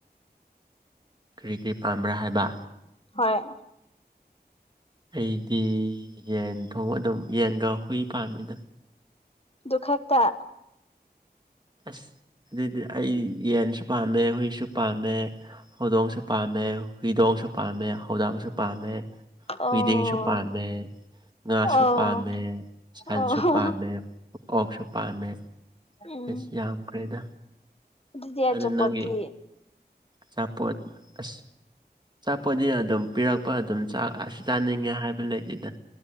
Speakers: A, on the right (about 25°); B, on the left (about 35°).
A: ꯀꯔꯤ ꯀꯔꯤ ꯄꯥꯝꯕ꯭ꯔꯥ ꯍꯥꯏꯕ
B: ꯍꯣꯏ
A: ꯑꯩꯗꯤ ꯌꯦꯟ ꯊꯣꯡ ꯑꯗꯨꯝ ꯌꯦꯟꯒ ꯍꯨꯏ ꯄꯥꯝꯃꯤꯗ
B: ꯗꯨꯈꯛꯇ
A: ꯑꯁ ꯑꯗꯨꯗꯤ ꯑꯩ ꯌꯦꯟꯁꯨ ꯄꯥꯝꯃꯦ ꯍꯨꯏꯁꯨ ꯄꯥꯝꯃꯦ ꯍꯧꯗꯣꯡꯁꯨ ꯄꯥꯝꯃꯦ ꯍꯨꯏꯗꯣꯡꯁꯨ ꯄꯥꯝꯃꯦ ꯍꯧꯗꯪꯁꯨ ꯄꯥꯝꯃꯦ
B: ꯑꯣ
A: ꯍꯨꯏꯗꯤꯡꯁꯨ ꯄꯥꯝꯃꯦ ꯉꯥꯁꯨ
B: ꯑꯣ
A: ꯄꯥꯝꯃꯦ ꯁꯟꯁꯨ
B: ꯑꯣ
A: ꯄꯥꯝꯃꯦ ꯑꯣꯛꯁꯨ ꯄꯥꯝꯃꯦ
B: ꯎꯝ
A: ꯑꯦꯁ ꯌꯥꯝꯈ꯭ꯔꯦꯗ
B: ꯑꯗꯨꯗꯤ ꯑꯆꯥꯄꯣꯠꯇꯤ
A: ꯑꯗꯨ ꯅꯪꯒꯤ ꯑꯆꯥꯄꯣꯠ ꯑꯁ ꯑꯆꯥꯄꯣꯠꯗꯤ ꯑꯗꯨꯝ ꯄꯤꯔꯛꯄ ꯑꯗꯨꯝ ꯆꯥꯛ ꯑꯁꯤ ꯆꯥꯅꯤꯡꯉꯦ ꯍꯥꯏꯕ ꯂꯩꯇꯦꯗ